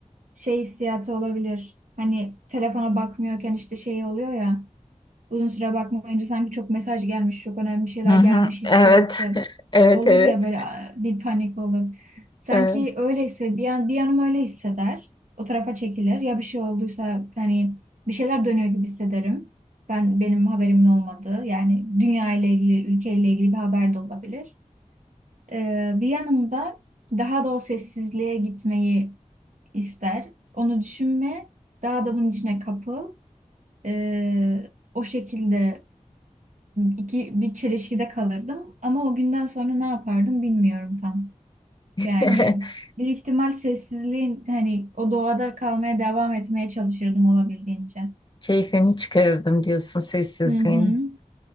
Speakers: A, on the right; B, on the left.
A: şey hissiyatı olabilir. Hani telefona bakmıyorken işte şey oluyor ya. Uzun süre bakmayınca sanki çok mesaj gelmiş, çok önemli şeyler
B: hı. hı.
A: gelmiş hissiyatı
B: Evet, evet,
A: olur
B: evet.
A: ya böyle "Aa," bir panik olur. Sanki
B: Evet.
A: öyleyse bir yan, bir yanım öyle hisseder. O tarafa çekilir. Ya bir şey olduysa hani bir şeyler dönüyor gibi hissederim. Ben benim haberimin olmadığı yani dünya ile ilgili, ülke ile ilgili bir haber de olabilir. Ee, bir yanımda daha da o sessizliğe gitmeyi ister. Onu düşünme, daha da bunun içine kapıl. Ee, o şekilde iki bir çelişkide kalırdım. Ama o günden sonra ne yapardım bilmiyorum tam.
B: <laughs>
A: Yani büyük ihtimal sessizliğin hani o doğada kalmaya devam etmeye çalışırdım olabildiğince.
B: Keyfini çıkarırdım diyorsun sessizliğin.
A: Hı hı.